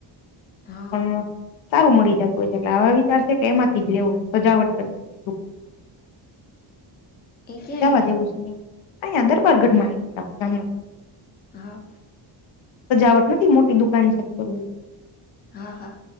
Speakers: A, on the left; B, on the left.
A: હા
B: પણ સારું મળી જતું હોય છે, એટલે આવા વિચાર છે કે, એમાંથી જ લેવું, એમ સજાવટ કરી. દુકાનમાં.
A: એ ક્યાં
B: જવા
A: એવી
B: જેવું છે, અં દરબાર ગઢ માં આવી છે, આપડે જામનગર.
A: હા.
B: સજાવટ નથી, મોટી દુકાન છે, ખબર.
A: હા, હા.